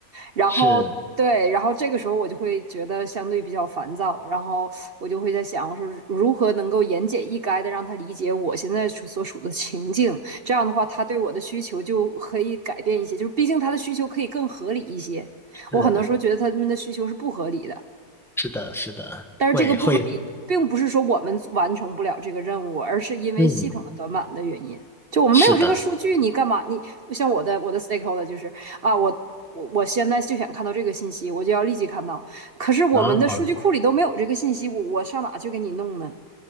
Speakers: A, on the right; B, in the centre.
A: 然后对，
B: 是
A: 然后这个时候我就会觉得相对比较烦躁，然后我就会在想我说如何能够言简意赅的让他理解我现在处所处的情境，这样的话他对我的需求就可以改变一些，就是毕竟他的需求可以更合理一些。我很多时候觉得他们的需求是不合理的，
B: 是是的，是的，
A: 但是这个不合理，
B: 会会，
A: 并不是说我们完成不了这个任务，而是因为系统的短板的原因。
B: 嗯，
A: 就我们没有这个数据，
B: 是的，
A: 你干嘛？你像我的我的 stakeholder 就是啊，我我我现在就想看到这个信息，我就要立即看到。可是我们的数据库里都没有这个信息，
B: 嗯，啊。
A: 我我上哪去给你弄呢？